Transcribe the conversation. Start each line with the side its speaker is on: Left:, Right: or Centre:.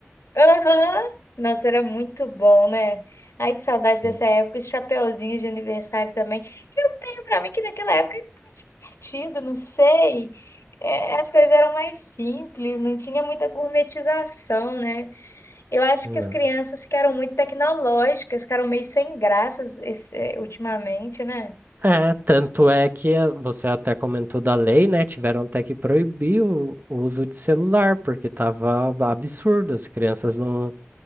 Left: Aham! Nossa, era muito bom, né? Ai, que saudade
Right: Sim.
Left: dessa época, esse chapeuzinho de aniversário também. Eu tenho pra mim que naquela época é divertido, não sei. É, as coisas eram mais simples, não tinha muita gourmetização, né? Eu acho
Right: Não.
Left: que as crianças ficaram muito tecnológicas, ficaram meio sem graças esse- ultimamente, né?
Right: É, tanto é que eh, você até comentou da lei, né? Tiveram até que proibir o, o uso de celular, porque tava absurdo, as crianças não,